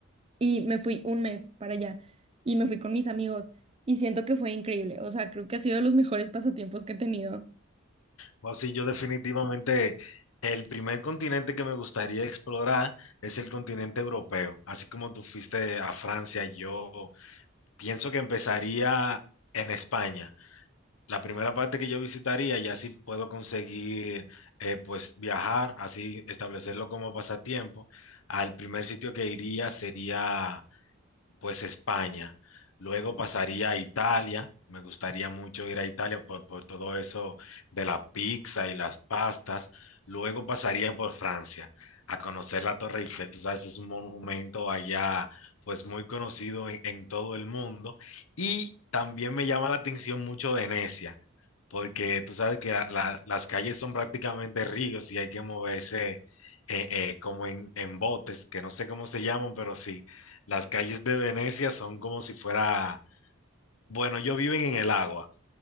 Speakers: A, on the right; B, on the left.
A: y me fui un mes para allá y me fui con mis amigos y siento que fue increíble, o sea, creo que ha sido de los mejores pasatiempos que he tenido.
B: O sí, yo definitivamente el primer continente que me gustaría explorar es el continente europeo. Así como tú fuiste a Francia, yo pienso que empezaría en España. La primera parte que yo visitaría, y así puedo conseguir, eh, pues viajar, así establecerlo como pasatiempo. Al primer sitio que iría sería pues España. Luego pasaría a Italia. Me gustaría mucho ir a Italia por, por todo eso de la pizza y las pastas. Luego pasaría por Francia a conocer la Torre Eiffel. Tú sabes, es un monumento allá, pues muy conocido en, en todo el mundo. Y también me llama la atención mucho Venecia, porque tú sabes que la- la- las calles son prácticamente ríos y hay que moverse eh, eh, como en, en botes, que no sé cómo se llaman, pero sí. Las calles de Venecia son como si fuera, bueno, ellos viven en el agua.